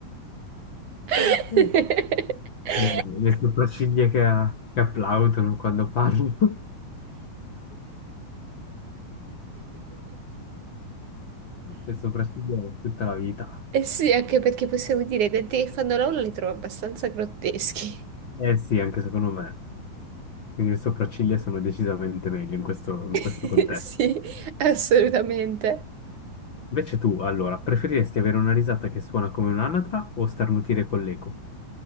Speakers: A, on the left (about 40°); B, on the right (about 60°).
A: <laughs>
B: <laughs>
A: Eh, Le sopracciglia che, che applaudono quando parlo, <laughs> le sopracciglia tutta la vita.
B: Eh sì, anche perché possiamo dire i denti che fanno la ola li trovo abbastanza grotteschi.
A: Eh sì, anche secondo me. Quindi le sopracciglia sono decisamente meglio in questo, in
B: <laughs>
A: questo contesto.
B: Sì, assolutamente.
A: Invece tu, allora, preferiresti avere una risata che suona come un'anatra o starnutire con l'eco?